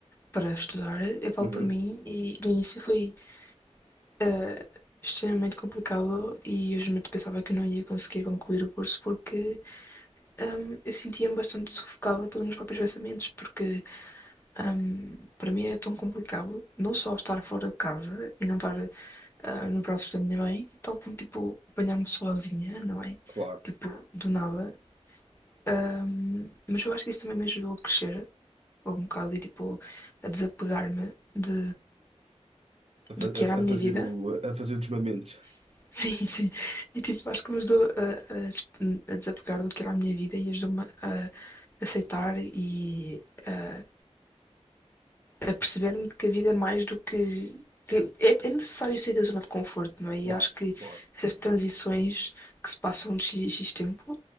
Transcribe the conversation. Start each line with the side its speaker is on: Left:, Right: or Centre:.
Left: para estudar. Eu falo
Right: Uhum.
Left: por mim e no início foi eh, extremamente complicado e eu realmente pensava que eu não ia conseguir concluir o curso porque hum, eu sentia-me bastante sufocada pelos meus próprios pensamentos, porque hum, para mim era tão complicado não só estar fora de casa e não estar ah, no braço da minha mãe, tal como tipo apanhar-me sozinha, não é?
Right: Claro,
Left: Tipo, do nada. Hum, mas eu acho que isso também me ajudou a crescer um bocado e tipo a desapegar-me de,
Right: A, fa-
Left: do que
Right: a-
Left: era a minha
Right: a fazer
Left: vida.
Right: o, a fazer o desmamento.
Left: <laughs> Sim, sim. E tipo, acho que me ajudou a, a, a desapegar do que era a minha vida e ajudou-me a aceitar e a a perceber-me que a vida é mais do que. que é, é necessário sair da zona de conforto, não é? E
Right: claro,
Left: acho que
Right: claro.
Left: essas transições que se passam de X, X tempo,